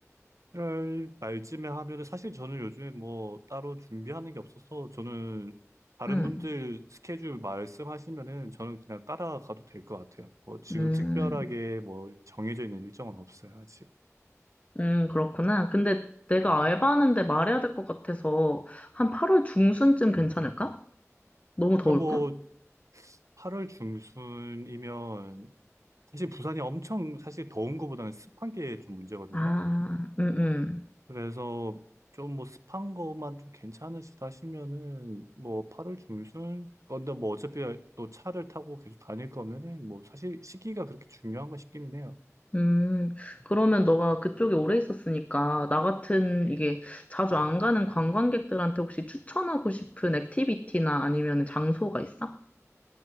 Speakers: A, on the right (about 70°); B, on the left (about 25°).
A: 7월 말쯤에 하면은 사실 저는 요즘에 뭐 따로 준비하는 게 없어서 저는 다른
B: 응,
A: 분들 스케줄 말씀하시면은 저는 그냥 따라가도 될 것 같아요. 뭐 지금
B: 음,
A: 특별하게 뭐 정해져 있는 일정은 없어요, 아직.
B: 음, 그렇구나. 근데 내가 알바하는데 말해야 될 것 같아서 한 8월 중순쯤 괜찮을까? 너무 더울까?
A: 그냥 뭐 8월 중순이면 사실 부산이 엄청 사실 더운 것보다는 습한 게 좀 문제거든요.
B: 아, 음, 음.
A: 그래서 좀 뭐 습한 것만 좀 괜찮으시다 하시면은 뭐 8월 중순 건데 뭐 어차피 또 차를 타고 계속 다닐 거면은 뭐 사실 시기가 그렇게 중요한가 싶기는 해요.
B: 음, 그러면 너가 그쪽에 오래 있었으니까 나 같은 이게 자주 안 가는 관광객들한테 혹시 추천하고 싶은 액티비티나 아니면 장소가 있어?